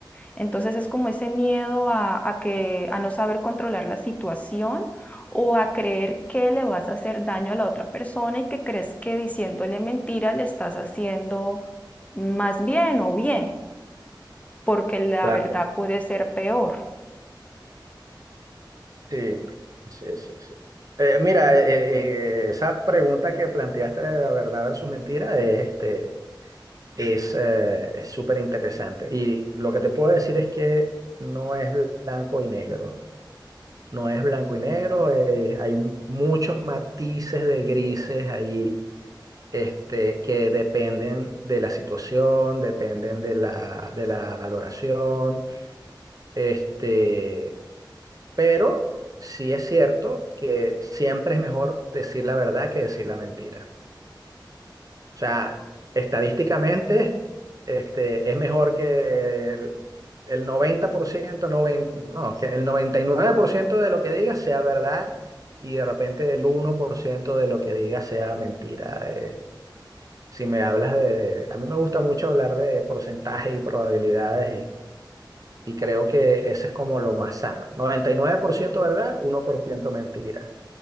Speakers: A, on the left; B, on the right.
A: Entonces es como ese miedo a, a que, a no saber controlar la situación o a creer que le vas a hacer daño a la otra persona y que crees que diciéndole mentira le estás haciendo más bien o bien porque la
B: claro,
A: verdad puede ser peor.
B: sí, sí, sí, sí. Eh, mira, eh, eh, eh, esa pregunta que planteaste de la verdad versus mentira es, este, es, eh, es súper interesante. Y lo que te puedo decir es que no es blanco y negro. No es blanco y negro, eh, hay muchos matices de grises ahí este, que dependen de la situación, dependen de la, de la valoración, este, pero sí es cierto que siempre es mejor decir la verdad que decir la mentira. O sea, estadísticamente, este, es mejor que el, el 90%, 90, no, que el 99% de lo que digas sea verdad. Y de repente el uno por ciento de lo que digas sea mentira. eh, Si me hablas de, de- A mí me gusta mucho hablar de porcentajes y probabilidades y, y creo que ese es como lo más sano. 99% verdad, uno por ciento mentira.